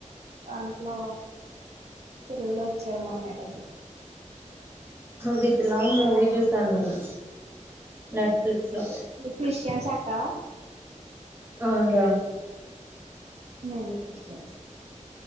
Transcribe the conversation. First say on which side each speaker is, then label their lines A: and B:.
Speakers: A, on the right (about 55°); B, on the right (about 15°).
A: దాంట్లో తెలుగులో ఇచ్చాడ మన్నాడు
B: విత్ లవ్ మూవీ చూసాను నేను నెట్ఫ్లిక్స్ లో
A: <unintelligible> కా
B: అవున రా
A: నేను క్రిస్టియన్స్